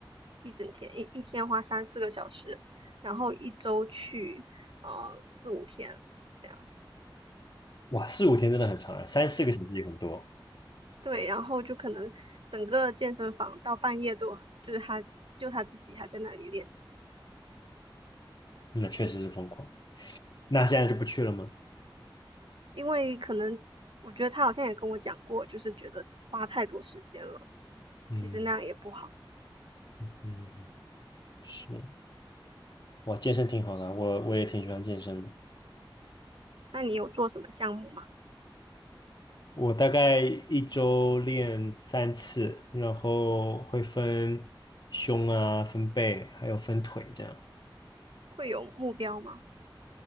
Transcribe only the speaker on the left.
哇，四五天真的很长啊，三四个小时也很多，
那确实是疯狂。那现在就不去了吗？
嗯
嗯，是，哇，健身挺好的，我我也挺喜欢健身的。
我大概一周练三次，然后会分胸啊、分背，还有分腿这样。